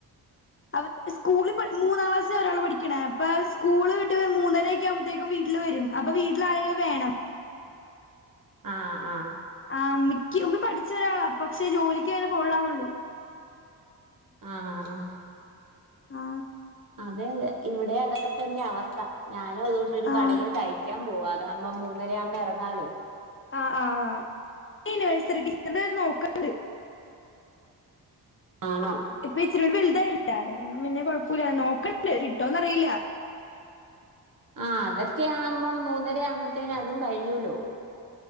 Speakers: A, on the left; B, on the right.
A: ആ സ്കൂളിൽ മൂന്നാം ക്ലാസ്സിലാ ഒരാള് പഠിക്കണേ അപ്പ സ്കൂള് വിട്ട് മൂന്നരയൊക്കെ ത്തേക്കും വീട്ടില് വരും അപ്പൊ വീട്ടിൽ ആരെലും വേണം
B: ആഹ് ആഹ്
A: ആഹ് ഉമ്മി ക്യ ഉമ്മി പഠിച്ച ഒരാളാ പക്ഷെ ജോലിക്ക് അങ്ങനെ പോണില്ലാന്നെ ഉള്ളു
B: ആഹ്
A: ആ
B: അതെ അതെ ഇവിടെയും അതൊക്കെ തന്നെയാ അവസ്ഥ ഞാനും അതുകൊണ്ടൊരു
A: ആഹ്
B: കടയില് തയ്ക്കാൻ പോ പോവാ അതാവുമ്പം മൂന്നര ആവുമ്പം എറങ്ങാലോ
A: ആ ആ ആ നയ്സറി ഡിഫന്റ് നോക്ണ്ട്
B: ആണോ
A: ഇപ്പൊ ഇച്ചിരൂടെ വലുതായില്ലേ ആള് അതോണ്ട് പിന്നെ കൊഴപ്പുല്ല നോക്കണ്ട് കിട്ടോന്ന് അറിയില്ല
B: ആ അതൊക്കെ ആവുമ്പം മൂന്നര ആവുമ്പത്തേന് അതും കഴിയൂല്ലോ